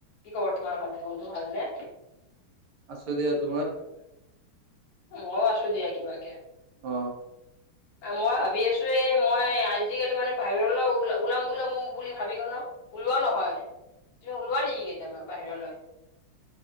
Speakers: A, on the left; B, on the right.
A: কি খবৰ তোমাৰ, ভাল বন্ধু ভাল নে?
B: আছোঁ দিয়া তোমাৰ?
A: অ অ আছো দিয়া কিবাকে
B: অ
A: <unintelligible> মই ভাবি আছো এ মই আজিকালি মানে বাহিৰলৈ ওলাম ওলাম বুলি ভাবি ক ন। <unintelligible> ওলোৱা নহয় তুমি ওলোৱা নেকি কেতিয়াবা বাহিৰলৈ